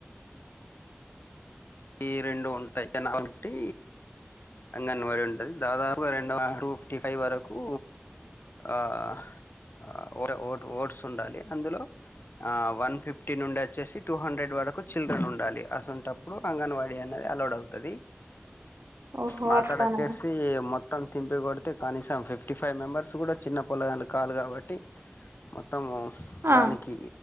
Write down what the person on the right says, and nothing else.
ఓహో
అట్లానా
ఆ